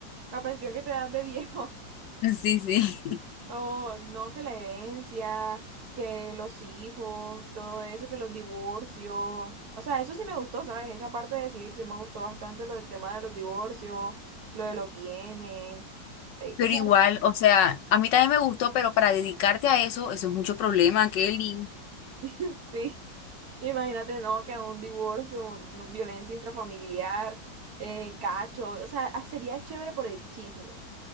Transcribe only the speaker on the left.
Sí, sí.
Pero
igual, o sea, a mí también me gustó, pero para dedicarte a eso, eso es mucho problema, Kelly.